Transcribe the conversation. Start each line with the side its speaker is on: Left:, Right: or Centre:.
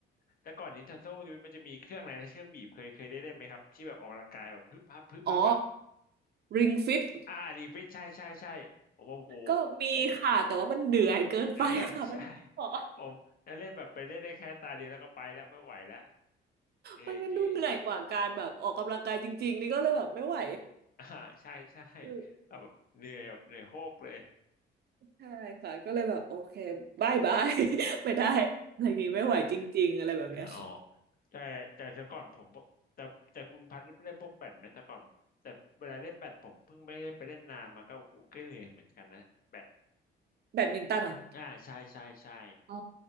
Left: แต่ก่อน Nintendo มันจะมีเครื่องอะไรนะเครื่องบีบเคยเคยได้เล่นไหมครับที่แบบออกกำลังกายแบบพึบพับพึบพับอ่ะ
Right: อ๋อ Ring Fit
Left: อ่ารีเฟรชใช่ใช่ใช่ผมโอ้โห
Right: ก็มีค่ะแต่ว่ามันเหนื่อยเกินไปค่ะมันอ๋อ
Left: เออ <laughs> ใช่ผมเล่นแบบไปเล่นได้แค่ตาเดียวแล้วก็ไปแล้วไม่ไหวแล้วเหนื่อยจริง
Right: มันมันดูเหนื่อยกว่าการแบบออกกำลังกายจริงๆนี่ก็เลยแบบไม่ไหว
Left: <laughs> อ่าใช่ใช่
Right: อืม
Left: แบบเหนื่อยแบบเหนื่อยโฮกเลย
Right: ใช่ค่ะก็เลยแบบโอเคบายบาย <laughs> ไม่ได้อะไรอย่างงี้ไม่ไหวจริงๆอะไรแบบเนี้ยค่ะ
Left: <laughs> อ๋อแต่แต่แต่ก่อนผมแต่แต่คุณพัดเล่นพวกแบดไหมแต่ก่อนแต่เวลาเล่นแบดผมเพิ่งไม่ได้ไปเล่นนานมาก็โอ้โหก็เหนื่อยเหมือนกันนะแบด
Right: แบดมินตันอ่ะ
Left: อ่าใช่ใช่ใช่
Right: อ๋อ